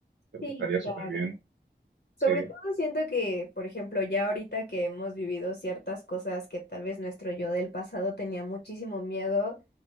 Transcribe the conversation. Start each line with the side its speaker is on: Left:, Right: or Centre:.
Right: Creo
Left: Sí,
Right: que estaría
Left: claro.
Right: súper bien.
Left: Sobre
Right: Sí,
Left: todo siento que, por ejemplo, ya ahorita que hemos vivido ciertas cosas que tal vez nuestro yo del pasado tenía muchísimo miedo,